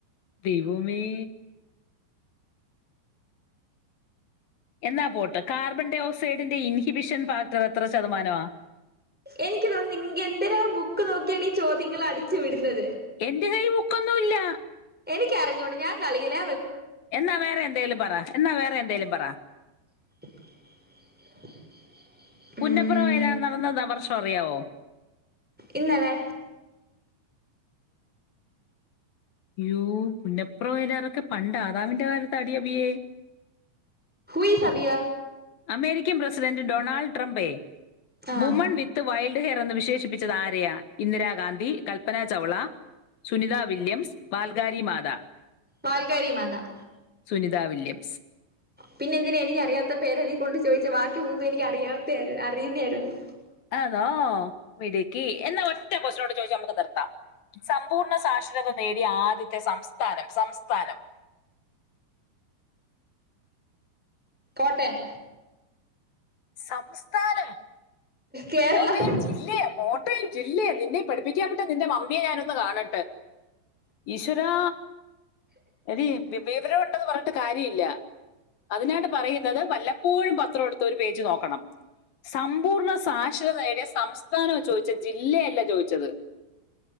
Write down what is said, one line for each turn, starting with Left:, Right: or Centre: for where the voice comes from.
Left: ദൈവമേ എന്നാ പോട്ട് കാർബൺ ഡൈ ഓക്സൈഡിന്റെ ഇൻഹിബിഷൻ ഫാക്ടർ എത്ര ശതമാനമാ?
Centre: എനിക്ക് തോന്നി നിങ് എന്തേരാ ബുക്ക് നോക്കിയാണ് ഈ ചോദ്യങ്ങൾ അടിച്ചു വിടുന്നത്
Left: എൻ്റെ കൈ ബുക്കൊന്നും ക്കോന്നും ഇല്ല
Centre: എനിക്ക് അറിഞ്ഞൂടി ഞാൻ കളികില
Left: എന്നാ വേറെ എന്തേലും പറ എന്നാ വേറെ എന്തേലും പറ
Centre: <inaudible>
Left: പുന്നപ്ര
Centre: ഉം
Left: വയലാർ നടന്നത് ദി വർഷ അറിയാവോ?
Centre: ഇന്നലെ
Left: അയ്യോ പുന്നപ്ര വയലാറൊക്കെ പണ്ട് ആദാമിന്റെ കാലത്താടി അഭിയേ
Centre: ഹൂ ഈസ്‌ അബിയ
Left: അമേരിക്കൻ പ്രസിഡന്റ് ഡൊണാൾഡ്ട്രംപേ
Centre: ആ
Left: വുമൺ വിത്ത് വൈൽഡ് ഹെയർ എന്ന് വിശേഷിപ്പി ച്ചത് ആരെയാ ഇന്ദിരാഗാന്ധി കൽപന ചൗള സുനിത വില്യംസ് പാൽ ങ്കാരി മാതാ
Centre: വാൽകാരി മാത
Left: സുനി സുനിത വില്യം.
Centre: പിന്നെ എന്തിനാ എനിക്കറിയാത്ത പേരതി കൊണ്ട് ചോദിച്ച ബാക്കി മൂന്നും എനിക്ക് അറിയാത്തെയ അറിയുന്നായിരുന്നു
Left: ആന്നോ മിടുക്കി എന്ന ഒറ്റ ക്വാസ്‌റ്റനൂട ചോദിച്ച് നമുക്ക് നിർത്താം. സമ്പൂർണ്ണ സാക്ഷരത നേടിയ ആദ്യത്തെ സംസ്ഥാനം സംസ്ഥാനം
Centre: കോട്ടയം
Left: സംസ്ഥാനം
Centre: കേരളം
Left: കോട്ടയം ജില്ലയ കോട്ടയം ജില്ലയ നിന്നെ പഠിപ്പിക്കാൻ വിട്ട നിന്റെ മമ്മിയെ ഞാനൊന്ന് കാണട്ടെ ഈശ്വരാ എടീ വിവരം ഉണ്ടെന്ന് പറഞ്ഞ ട്ട് കാര്യല്ല അതിനാണ് പറയുന്നത് വല്ലപ്പോഴും പത്രം എടുത്ത് ഒരു പേജ് നോക്കണം സമ്പൂർണ സാ സാക്ഷരത നേടിയ സംസ്ഥാനോ ചോദിച്ച ജില്ലയല്ല ചോദിച്ചത്